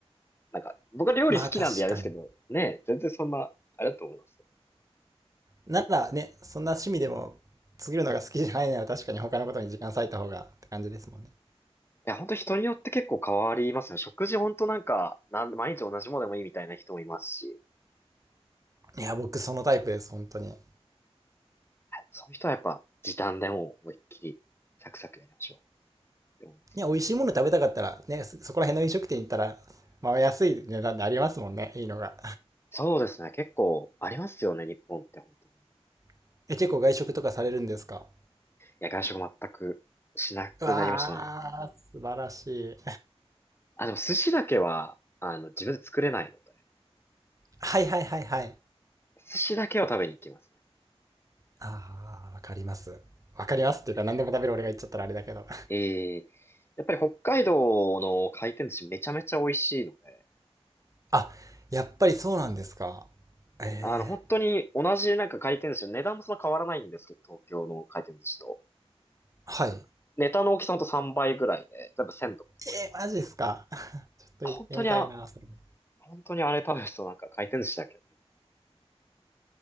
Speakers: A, on the left; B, on the right.
A: なんか、僕は料理好きなんでやるんですけど、
B: まあ確かに。
A: ねえ、全然そんな、あれだと思います。
B: ならね、そんな趣味でも作るのが好きじゃないなら確かに他のことに時間割いた方がって感じですもんね。
A: いや、本当人によって結構変わりますね。食事本当なんか、なん、毎日同じものでもいいみたいな人もいますし、
B: いや、僕そのタイプです、本当に。ね、
A: そういう人はやっぱ時短でもう思いっきりサクサクやりましょうって思います。
B: 美味しいもの食べたかったら、ね、そそこら辺の飲食店行ったら、まあ安い値段でありますもんね、いいのが。
A: そうですね。結構ありますよね、日本って本当に。い
B: <laughs> え、結構外食とかされるんですか
A: や、外食全くしなくなりましたね。
B: うわー、素晴らしい。
A: あ、でも寿司だけは、あの、自分で作れないので、
B: はいはいはいはい。
A: 寿司だけは食べに行きますね。
B: あー、わかります。わかりますっていうか何でも食べる俺が言っちゃったらあれだけど。
A: えー、やっぱり北海道の回転寿司めちゃめちゃ美味しいので、
B: あ、やっぱりそうなんですか。ええ
A: あの、本当に同じなんか回転寿司、値段もそんな変わらないんですけど、東京の回転寿司と。
B: はい。え
A: ネタの大きさほんと3倍ぐらいで、全部1とか。
B: ー、マジですか。<laughs> ちょっと行ってみたいな、
A: 本当にあ、
B: それも。
A: 本当にあれ食べるとなんか回転寿司だけど。